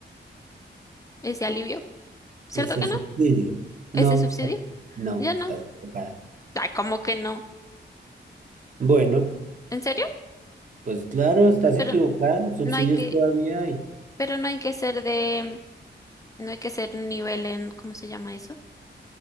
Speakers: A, on the left (about 15°); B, on the right (about 40°).
A: ese alivio, ¿cierto
B: Ese
A: que
B: subsidio.
A: no?
B: No,
A: Ese subsidio,
B: estás- no,
A: ya no.
B: estás equivocada.
A: Ay, ¿cómo que no?
B: Bueno,
A: ¿En serio?
B: pues claro, estás
A: Mm, Pero
B: equivocada, subsidios
A: no hay que,
B: todavía hay.
A: pero no hay que ser de, no hay que ser un nivel en, ¿cómo se llama eso?